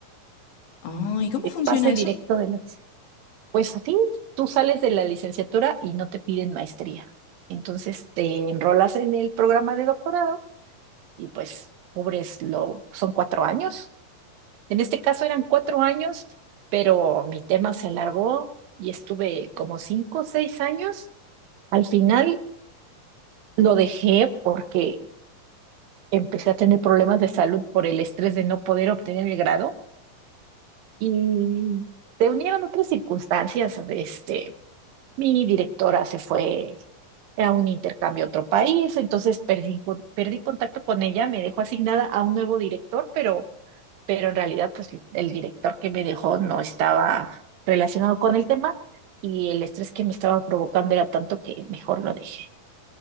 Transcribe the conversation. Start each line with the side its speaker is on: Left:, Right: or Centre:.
Left: Ah, ¿y cómo
Right: de
Left: funciona
Right: pase
Left: eso?
Right: directo de las... Pues a ti, tú sales de la licenciatura y no te piden maestría. Entonces te enrolas en el programa de doctorado y pues cubres lo, son cuatro años En este caso eran cuatro años, pero mi tema se alargó y estuve como cinco o seis años. Al final lo dejé porque empecé a tener problemas de salud por el estrés de no poder obtener el grado y se unieron otras circunstancias. Este, mi directora se fue a un intercambio a otro país, entonces perdí, con- perdí contacto con ella, me dejó asignada a un nuevo director, pero pero en realidad pues el director que me dejó no estaba relacionado con el tema y el estrés que me estaba provocando era tanto que mejor lo dejé.